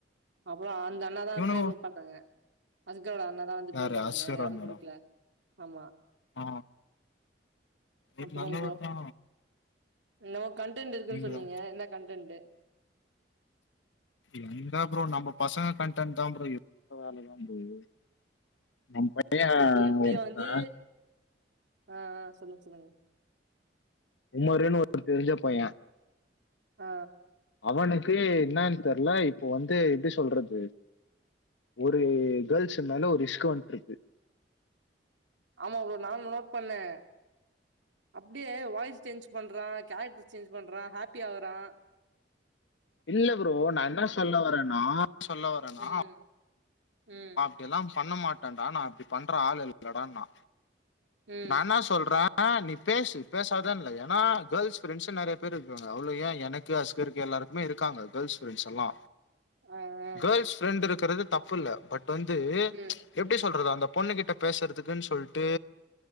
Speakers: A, on the right; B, on the left.
A: அப்பறோ அந்த அண்ணாதா
B: இவனுங்க
A: பே கூட பண்ணாங்க அதுக்குகூட அண்ணதா வந்து
B: யாரு
A: பே பண்ணாங்க
B: அஸ்கர்
A: யாரு
B: அண்ணாடா
A: குடுக்கல ஆமா
B: ஆ அவரு
A: அப்பறம்
B: நல்லவர்
A: ப்ரோ
B: தா
A: என்னமோ கண்டென்ட் இருக்குன்னு
B: நீங்க
A: சொன்னீங்க
B: தா
A: என்ன கண்டென்ட்டு
B: எங்க ப்ரோம் நம்ம பசங்க கண்டென்ட் தா ப்ரோ எவ்ளோ வேலைதா ப்ரோ இருக்குது நம்ம பையே
A: இப்போ எப்டியோ
B: ஒருத்தே
A: வந்து ஆ ஆ சொல்லுங்க சொல்லுங்க
B: குமாருன்னு ஒரு தெரிஞ்ச பையே
A: ஆ
B: அவனுக்கு என்னன்னு தெரில இப்போ வந்து எப்டி சொல்றது ஒரு கேர்ள்ஸ் இருந்தாலு ஒரு இஷ்குவன்ட்டு இருக்கு
A: ஆமா ப்ரோ நானு நோட் பண்ணே அப்டியே வாய்ஸ் சேஞ்ச் பண்றா கேரக்டர் சேஞ்ச் பண்றா ஹாப்பி ஆகுறா
B: இல்ல ப்ரோ நா என்ன சொல்ல வர்றேன்னா சொல்ல வர்றேன்னா
A: ம் ம்
B: அப்டி எல்லா பண்ண மாட்டேன்டா நா அப்டி பண்ற ஆளு இல்லடா நா
A: ம்
B: நா என்ன சொன் சொல்றே நீ பேசு பேசாதன்னு இல்ல கேர்ள்ஸ் பிரெண்ட்ஸ் நெறைய பேர் இருக்காங்க அவ்வளவு ஏ எனக்கு அஸ் கிருக்கு எல்லாருக்குமே இருக்காங்க கேர்ள்ஸ் பிரண்ட்ஸ் எல்லா
A: ஆ ஆ
B: கேர்ள்ஸ் ஃப்ரெண்ட் இருக்குறது தப்புல்ல பட் வந்து
A: ம்
B: எப்டி சொல்றது அந்த பொண்ணு கிட்ட பேசுறதுக்குன்னு சொல்ட்டு